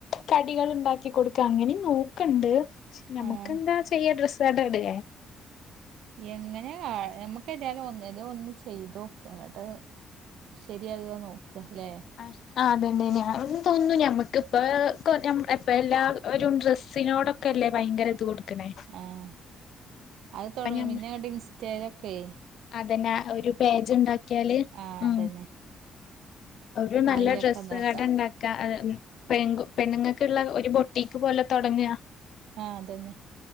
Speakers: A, on the left (about 60°); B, on the right (about 80°).
A: കടികൾ ഉണ്ടാക്കി കൊടുക്ക അങ്ങനെം നോക്ക്ണ്ട് നമുക്ക്
B: ആഹ്
A: എന്താ ചെയ്യാ ഡ്രസ്സ് കട ഇടെ
B: എങ്ങനെ <unintelligible> ഞ്ഞമ്മക്ക് എന്തായാലും ഒന്നലെ ഒന്ന് ചെയ്തോക്ക അങ്ങട്ട് ശരിയാകോ നോക്ക അല്ലെ
A: ആ ആ അതന്നെ ഞാൻ തോന്നുന്നു ഞമ്മക്ക് ഇപ്പ കോറ്റം ഇപ്പ എല്ലാ ഒരു ഡ്രസ്സിനോടൊക്കെ അല്ലേ ഭയങ്കര ഇത് കൊടുക്ക്ണേ
B: ആഹ് അത് തൊടങ്ങും
A: ഞമ്മ
B: പിന്നെങ്ങണ്ട് ഇൻസ്റ്റെലൊക്കെയ്
A: അതന്നെ ഒരു പേജ്ണ്ടാക്കിയാല്
B: ആ
A: ഉം
B: അതന്നെ
A: ഒരു നല്ല
B: അയിലൊക്കെ
A: ഡ്രസ്സ്
B: ഇതാക്കാം
A: കട ഉണ്ടാ ക്കാ ൻ പെണ് കു പെണ്ണ്ങ്ങക്ക്ള്ള ഒരു ബൊട്ടീക്ക് പോലെ തൊടങ്ങ
B: ആഹ് അതന്നെ